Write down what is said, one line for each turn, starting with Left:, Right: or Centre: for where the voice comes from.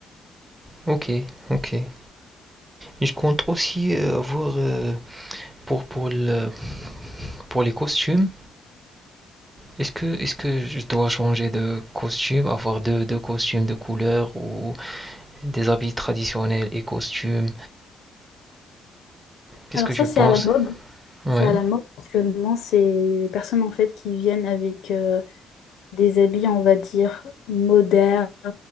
Right: ok, ok. Et je compte aussi euh, avoir euh, pour, pour le, pour les costumes. Est-ce que, est-ce que je dois changer de costume, avoir deux, deux costumes de couleur ou des habits traditionnels et costumes? Qu'est-ce
Left: Alors
Right: que
Left: ça,
Right: tu
Left: c'est
Right: penses?
Left: à la mode.
Right: Ouais.
Left: C'est à la mode actuellement. C'est les personnes en fait qui viennent avec... euh, des habits, on va dire, modernes,